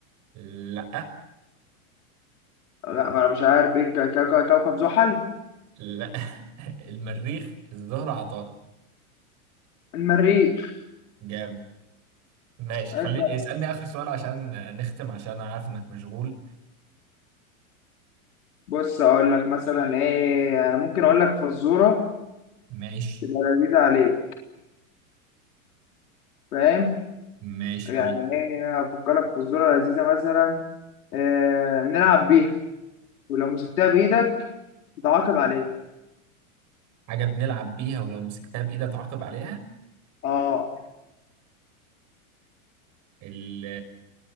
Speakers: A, on the right (about 40°); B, on the left (about 80°).
A: لا
B: لا ما انا مش عارف ايه كوكب كوكب زحل
A: لا <laughs> المريخ الزهر عطارد
B: المريخ
A: جامد ماشي
B: عيب
A: خليني
B: بقى.
A: اسالني اخر سؤال عشان نختم عشان انا عارف انك مشغول
B: بص اقول لك مثلا ايه انا ممكن اقول لك فزوره
A: ماشي
B: تبقى لذيذه عليك فاهم
A: ماشي
B: يعني
A: قول لي.
B: ايه افكرك في الذرة لذيذة مثلا آه نلعب بيها ولو مسكتها بايدك تعاقب عليها
A: حاجة بنلعب بيها ولو مسكتها بإيدي أتعاقب عليها
B: اه
A: ال-